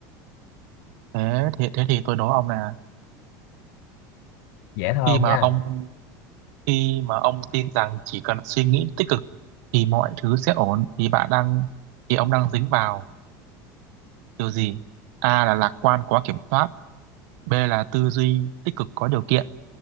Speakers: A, on the right; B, on the left.
A: Thế thì thế thì tôi đố ông là
B: Dễ thôi
A: khi
B: không
A: mà
B: nha.
A: ông khi mà ông tin rằng chỉ cần suy nghĩ tích cực thì mọi thứ sẽ ổn thì bạn đang thì ông đang dính vào điều gì? A là lạc quan quá kiểm soát, B là tư duy tích cực có điều kiện,